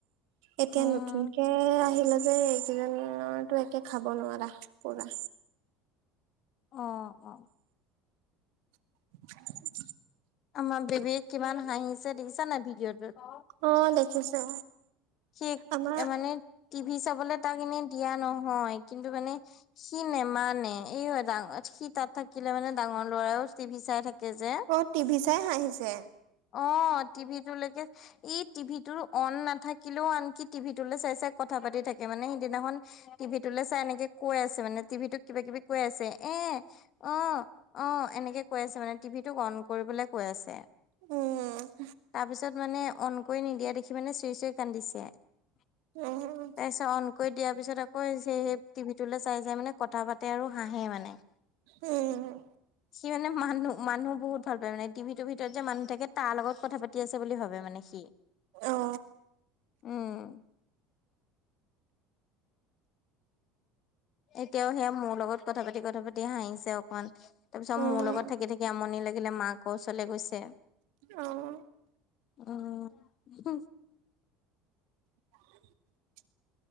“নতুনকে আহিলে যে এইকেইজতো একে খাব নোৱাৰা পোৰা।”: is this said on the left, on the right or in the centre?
Right